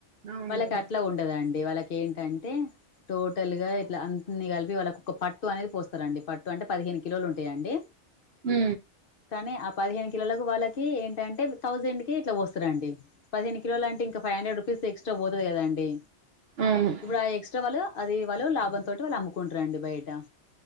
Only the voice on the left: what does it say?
వాళ్ళ
కు అట్లా ఉన్ కదండీ వాళ్ళకి ఏంటంటే? టోటల్ గా ఇట్లా అన్నీ కలిపి వాళ్ళకి ఒక పట్టు అనేది పోస్తారండి పట్టు అంటే పదిహేను కిలోలు ఉంటాయండి.
కానీ ఆ పదిహేను కిలోలకు వాళ్ళకి ఏంటంటే? థౌజండ్ కి ఇట్లా పోస్తారండి పదిహేను కిలోల అంటే ఇంకా ఫైవ్ హండ్రెడ్ రూపీస్ ఎక్స్్రా పోతాది కదా అండి.
ఇప్పుడు ఆ ఎక్స్ట్రా వాళ్ళు అది వాళ్ళు లాభం తోటి వాళ్ళు అమ్ముకుంటారు అండి బయట.